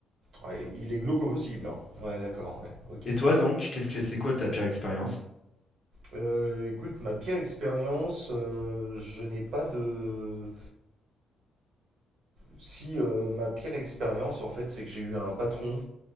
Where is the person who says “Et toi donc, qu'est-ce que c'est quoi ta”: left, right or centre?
Left